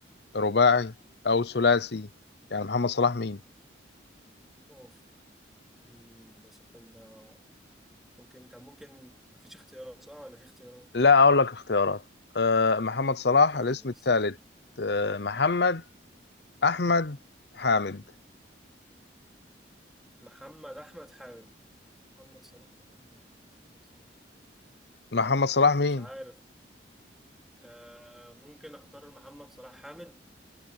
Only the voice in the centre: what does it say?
أوف مم، ده السؤال ده ممكن طب ممكن مفيش اختيارات صح ولا في اختيارات
قول
لي بس
محمد أحمد حاجة محمد صلاح محمد محمد صلاح
مش عارف آه ممكن أختار محمد صلاح حامد